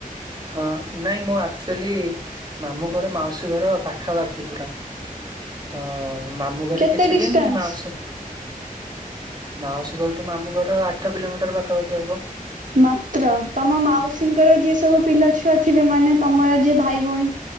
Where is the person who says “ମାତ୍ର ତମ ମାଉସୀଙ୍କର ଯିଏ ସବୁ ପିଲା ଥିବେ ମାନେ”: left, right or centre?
Right